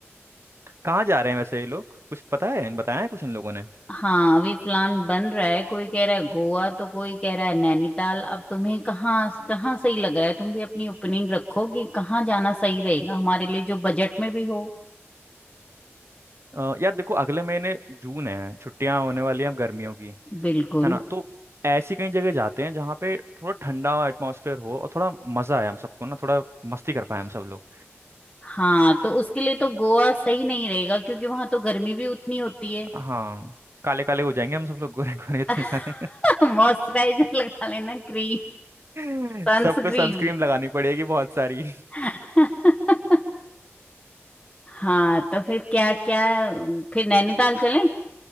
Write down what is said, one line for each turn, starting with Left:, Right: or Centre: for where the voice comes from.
Right: कहाँ जा रहे हैं वैसे ये लोग कुछ पता है बताया है कुछ इन लोगों ने
Left: हाँ अभी प्लान बन रहा है कोई कह रहा है गोवा तो कोई कह रहा है नैनीताल अब तुम्हें कहाँ कहाँ सही लग रहा है तुम भी अपनी ओपिनियन रखो कि कहाँ जाना सही रहेगा हमारे लिए जो बजट में भी हो
Right: अ, यार देखो अगले महीने जून है छुट्टियां होने वाली हैं अब गर्मियों की
Left: बिल्कुल
Right: है ना तो ऐसी कई जगह जाते हैं जहाँ पे थोड़ा ठंडा एटमॉस्फेयर हो और थोड़ा मजा आए हम सबको ना थोड़ा मस्ती कर पाए हम सब लोग
Left: हाँ तो उसके लिए तो गोवा सही नहीं रहेगा क्योंकि वहां तो गर्मी भी उतनी होती है
Right: हाँ काले काले हो जाएंगे हम सब लोग गोरे गोरे इतने
Left: <laughs>
Right: सारे
Left: मॉइस्चराइजर लगा लेना क्रीम
Right: <laughs>
Left: सनस्क्रीन
Right: सबको सनस्क्रीन लगानी पड़ेगी बहुत सारी
Left: <laughs> हाँ तो फिर क्या क्या फिर नैनीताल चलें